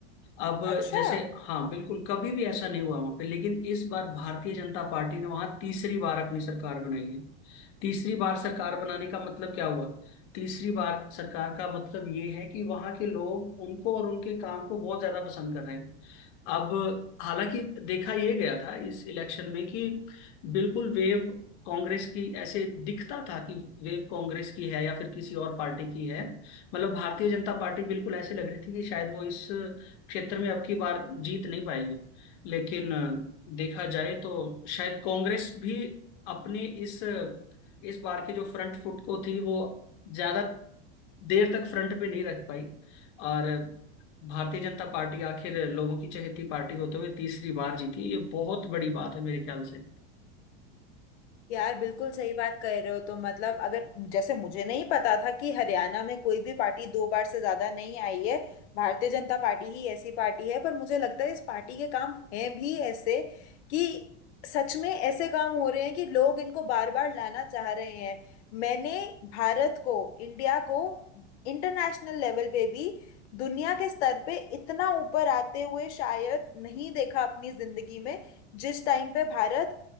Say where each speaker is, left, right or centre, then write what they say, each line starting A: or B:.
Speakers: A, on the left; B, on the left.
A: अब
B: अच्छा
A: जैसे हाँ बिल्कुल कभी भी ऐसा नहीं हुआ वहां पे लेकिन इस बार भारतीय जनता पार्टी ने वहां तीसरी बार अपनी सरकार बनाई है तीसरी बार सरकार बनाने का मतलब क्या हुआ तीसरी बार सरकार का मतलब ये है कि वहां के लोग उनको और उनके काम को बहुत ज्यादा पसंद कर रहे हैं अब हालांकि देखा ये गया था इस इलेक्शन में कि बिल्कुल वेव कांग्रेस की ऐसे दिखता था कि वेव कांग्रेस की है या फिर किसी और पार्टी की है मतलब भारतीय जनता पार्टी बिल्कुल ऐसे लग रही थी कि शायद वो इस क्षेत्र में अब की बार जीत नहीं पाएगी लेकिन अ, देखा जाए तो शायद कांग्रेस भी अपने इस इस बार के जो फ्रंट फुट को थी वो ज्यादा देर तक फ्रंट पे नहीं रख पाई और भारतीय जनता पार्टी आखिर लोगों की चहेती पार्टी होते हुए तीसरी बार जीती ये बहुत बड़ी बात है मेरे ख्याल से
B: यार बिल्कुल सही बात कह रहे हो तो मतलब अगर जैसे मुझे नहीं पता था कि हरियाणा में कोई भी पार्टी दो बार से ज्यादा नहीं आई है भारतीय जनता पार्टी ही ऐसी पार्टी है पर मुझे लगता है इस पार्टी के काम हैं भी ऐसे कि सच में ऐसे काम हो रहे हैं कि लोग इनको बार बार लाना चाह रहे हैं मैंने भारत को इंडिया को इंटरनेशनल लेवल पे भी दुनिया के स्तर पे इतना ऊपर आते हुए शायद नहीं देखा अपनी जिंदगी में जिस टाइम पे भारत